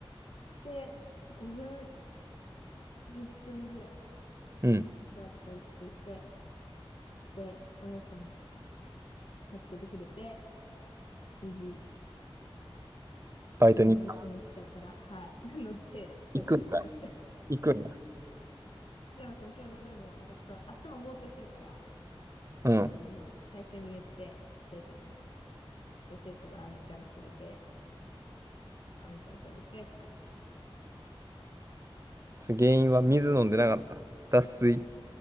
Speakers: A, on the left; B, on the right.
A: で、5分10分ぐらい
B: うん。
A: 座ってて落ち着いて、で、お姉さんが助けてくれて、無事、
B: バイトに行
A: 無事下北から、はい、<laughs> 乗ってバイト行きました。
B: くんかい。行くんや。
A: <laughs> でもその共同でも、なんかちょっと頭ぼーっとしてるから、
B: うん。
A: そのもう最初に言って、生徒にも。そしたら生徒が飴ちゃんくれて、飴ちゃん食べて復活しましたね。
B: それ原因は水飲んでなかった。脱水。